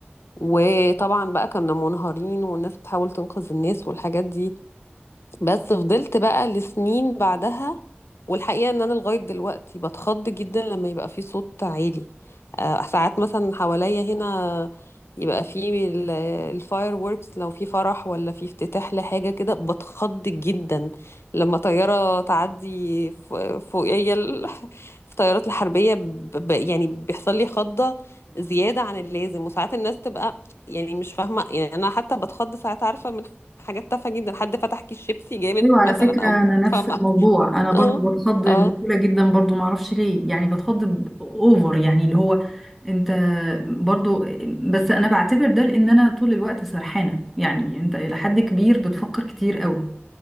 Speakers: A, on the left; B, in the centre.
A: وطبعا بقى كنا منهارين والناس بتحاول تنقذ الناس والحاجات دي بس فضلت بقى لسنين بعدها والحقيقة ان انا لغاية دلوقتي بتخض جدا لما يبقى في صوت عالي آه، ساعات مثلا حواليا هنا يبقى في الفاير ووركس لو في فرح ولا في افتتاح لحاجة كده بتخض جدا لما طيارة تعدي ف- فوقيا ال- <laughs> في الطيارات الحربية ب- ب- يعني بيحصل لي خضة زيادة عن اللازم وساعات الناس تبقى يعني مش فاهمة يعني أنا حتى بتخض ساعات عارفة من حاجات تافهة جدًا، حد فتح كيس شيبسي جامد
B: ايوه
A: مثلًا
B: على فكره
A: أو
B: انا نفس
A: فاهمة؟
B: الموضوع انا برضو
A: آه،
B: بتخض بسهوله
A: آه،
B: جدا برضو ما اعرفش ليه يعني بتخض ب- اوفر يعني اللي هو انت برضو بس انا بعتبر ده لان انا طول الوقت سرحانه يعني انت الى حد كبير بتفكر كتير قوي